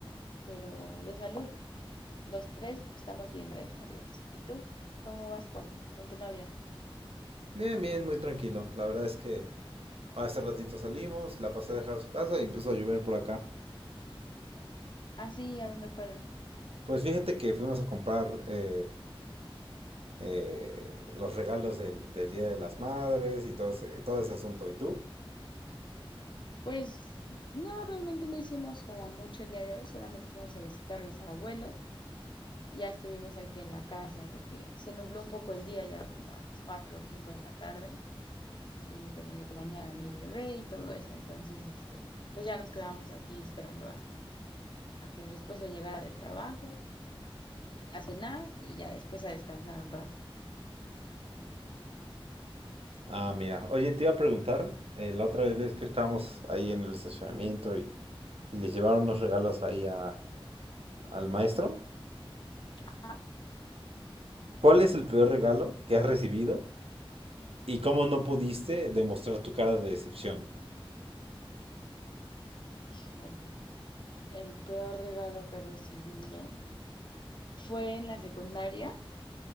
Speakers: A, on the left; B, on the right.
A: pero de salud, los tres estamos bien, gracias a Dios. ¿Y tú? ¿Cómo vas con, con tu novia?
B: Bien, bien, muy tranquilo. La verdad es que hace ratito salimos, la pasé a dejar a su casa y empezó a llover por acá.
A: Ah, sí, ¿a dónde fueron?
B: Pues fíjate que fuimos a comprar eh, eh, los regalos del, del Día de las Madres y todo ese, todo ese asunto. ¿Y tú?
A: Pues no, realmente no hicimos como mucho el día de hoy, solamente fuimos a visitar a los abuelos y ya estuvimos aquí en la casa porque se nubló un poco el día ya como a las 4 o 5 de la tarde y tenía yo que bañar a mi bebé y todo eso. Entonces, este, pues ya nos quedábamos aquí esperando a, a que mi esposo llegara del trabajo, a cenar y ya después a descansar un rato.
B: Ah, mira. Oye, te iba a preguntar, eh, la otra vez ves que estábamos ahí en el estacionamiento y, y les llevaron los regalos ahí a- al maestro,
A: Ajá.
B: ¿cuál es el peor regalo que has recibido y cómo no pudiste demostrar tu cara de decepción?
A: Híjole, el peor regalo que he recibido fue en la secundaria.